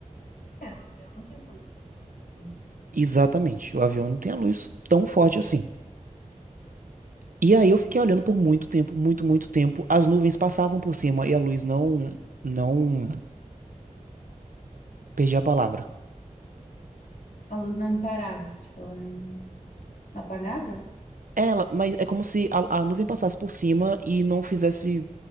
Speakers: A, on the left; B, on the right.
A: é, um avião não tem uma luz tão forte assim.
B: Exatamente, o avião não tem a luz tão forte assim. E aí eu fiquei olhando por muito tempo, muito, muito tempo. As nuvens passavam por cima e a luz não, não, perdi a palavra.
A: a luz não parava, tipo, ela não, não apagava?
B: Ela, mas é como se a, a nuvem passasse por cima e não fizesse